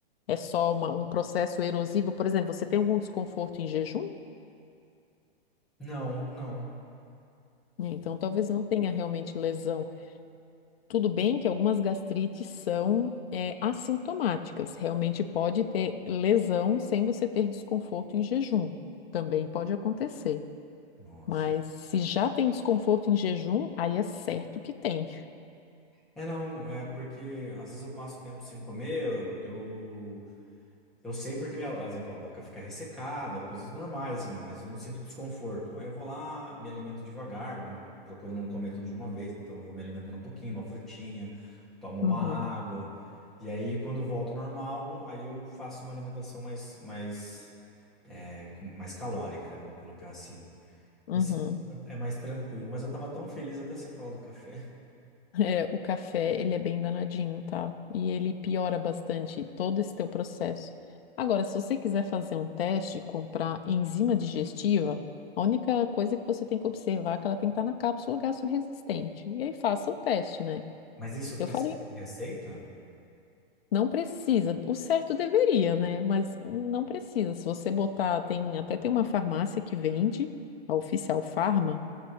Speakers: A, on the left (about 70°); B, in the centre.
A: é só uma- um processo erosivo. Por exemplo, você tem algum desconforto em jejum?
B: Não, não.
A: Né, Então, talvez não tenha realmente lesão. Tudo bem que algumas gastrites são, é, assintomáticas. Realmente pode ter lesão sem você ter desconforto em jejum. Também pode acontecer.
B: Nossa.
A: Mas se já tem desconforto em jejum, aí é certo que tem.
B: É, não, é porque às vezes eu passo tempo sem comer, eu, eu, eu sei porque, minha, por exemplo, a boca fica ressecada, coisas normais, assim, não- mas eu não sinto desconforto. Aí eu vou lá, me alimento devagar, não, procuro não comer tudo de uma vez, então eu vou me alimentando um pouquinho, uma frutinha, tomo
A: Uhum,
B: uma água, e aí quando eu volto ao normal, aí eu faço uma alimentação mais, mais, é, com- mais calórica, né, vamos colocar assim.
A: uhum.
B: Nesse ponto é é mais tranquilo, mas eu tava tão feliz até você falar do café. <laughs>
A: É, o café, ele é bem danadinho, tá? E ele piora bastante todo esse teu processo. Agora, se você quiser fazer um teste e comprar enzima digestiva, a única coisa que você tem que observar é que ela tem que estar na cápsula gastroresistente. E aí faça o teste, né?
B: Mas isso
A: Eu
B: precisa
A: falei,
B: de receita?
A: não precisa. O certo deveria, né? Mas não precisa. Se você botar, tem até tem uma farmácia que vende, a Oficial Farma,